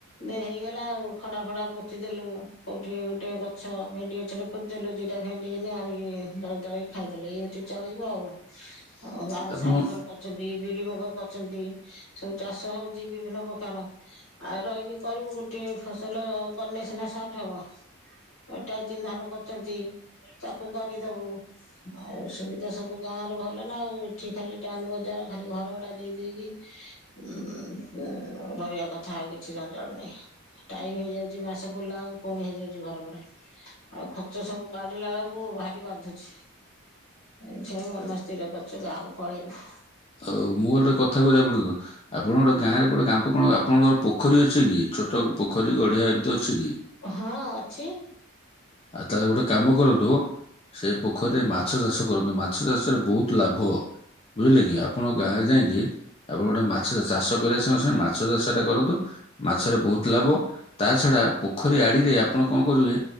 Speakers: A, on the left; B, on the left.
A: ଦେ ହେଇଗଲା ଆଉ ଖଡା ଫଡା ପୋତି ଦେଲୁ କୋଉଠି ଗୋଟେ ଗଛ ଭେଣ୍ଡି ଗଛ ଖୋଦ ଦେଲୁ ଦିଇଟା ଭେଣ୍ଡି ହେନଲେ ଆଣିକି ଦଳ ଦଳିକି ଖାଇଦେଲେ ଏମିତି ଚଳିବ ଆଉ
B: <inaudible>
A: ଆ ବାାହାର
B: ଆପଣ
A: ସାରୁ ଫାରୁ କରିଛନ୍ତି ବିରିମଗ କରଛନ୍ତି ସବୁ ଚାଷ ହଉଛି ବିଭିନ୍ନ ପ୍ରକାର ଆଉ ରହିକି କରିବୁ ଗୋଟେ ଫସଲ କ ସିନା ସଟ ହବ ଏଟା ଚିହ୍ଧନ କରଛନ୍ତି ତାକୁ କରିଦବୁ ଆଉ ସୁବିଧା ସବୁ ଗାଁ ର ଭଲ ନା ଆଉ ଏଠି ଖାଲି ଟାଉନ୍ ବଜାର ଖାଲି ଘର ଗୁଡା ଦେଇ ଦେଇେଇକି ଉ ରହିବା କଥା ଆଉ କିଛି ଜଞ ଜଣନହି ଟାଇମ ହେଇଯାଉଛି ମାସ ପଲିଲା ଆକୁ ପୁଣି ହେଇଯାଉଛି ଘର କଡେ ଆଉ ଖର୍ଚ ସବୁ କାଢିଲା ବେଳକୁ ଭାରି ବାନ୍ଧୁଛି ଏଇଠଁ ମନ ସ୍ଥିର କରିୁଛୁ ଗାହାକୁ ପଳେଇବୁ
B: ଆଉ ମୋ ଗୋଟେ କଥା କହିବା ପର୍ଯ୍ୟନ୍ତ ଆପଣ ଗୋଟେ ଗାଁ ରେ ଗୋଟେ କାାମ କଣ ଆପଣଙ୍କର ପୋଖରୀ ଅଛି କି ଛୋଟ ପୋଖରୀ ଗଡିିଆ ଏମିତି ଅଛି କି
A: ହଁ ଅଛି
B: ଆଉ ତାାରଲେ ଗୋଟେ କାମ କରନ୍ତୁ ସେ ପୋଖରୀରେ ମାଛ ଚାଷ କରନ୍ତୁ ମାଛ ଚାଷରେ ବହୁତ ଲାଭ ବୁଝିଲେ କି ଆପଣଙ୍କ ଗାଁରେ ଯାଇକି ଆପଣ ଗୋଟେ ମାଛ ଚାଷ କରିବା ସଙ୍ଗ ସେ ମାଛ ଚାଷ ଟା କରନ୍ତୁ ମାଛରେ ବହୁତ ଲାଭ ତା ଛଡା ପୋଖରୀ ଆଡିରେ ଆପଣ କଣ କରିବେ